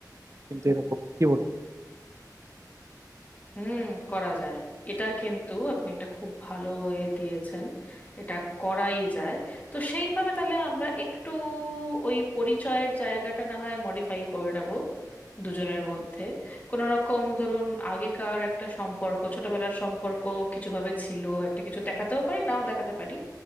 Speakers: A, on the right; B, on the left.
A: কিন্তু এরকম কি বলুন
B: হুম, করা যায় এটা কিন্তু আপনি একটা খুব ভালো এ দিয়েছেন এটা করাই যায় তো সেইভাবে তাহলে আমরা একটু ওই পরিচয়ের জায়গাটা না হয় মডিফাই করে নেব দুজনের মধ্যে কোনো রকম ধরুন আগেকার একটা সম্পর্ক ছোটবেলার সম্পর্ক কিছুভাবে ছিল একটা কিছু দেখাতেও পারি নাও দেখাতে পারি